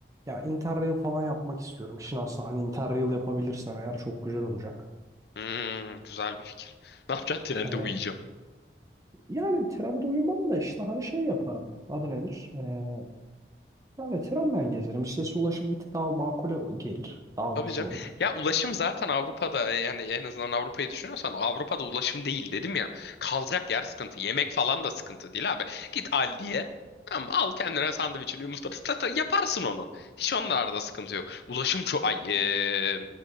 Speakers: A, on the right; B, on the left.
A: ya interrail falan yapmak istiyorum. Şimdi aslında hani interrail yapabilirsem eğer çok güzel olacak.
B: Hmm, güzel bir fikir. Ne yapacaksın? Trende
A: Hani
B: uyuyacağım.
A: yani trende uyumam da işte hani şey yaparım. Adı nedir? Ee, yani trenden gezerim. İşte ulaşım bir tık daha makul gelir. Daha
B: Tabii
A: ucuz
B: canım.
A: olur.
B: Ya ulaşım zaten Avrupa'da e, yani en azından Avrupa'yı düşünüyorsan Avrupa'da ulaşım değil dedim ya. Kalacak yer sıkıntı. Yemek falan da sıkıntı değil abi. Git Aldi'ye. Tamam, al kendine sandviçini yumurtanı tata, yaparsın onu. Hiç onda arada sıkıntı yok. Ulaşım çok ay eee,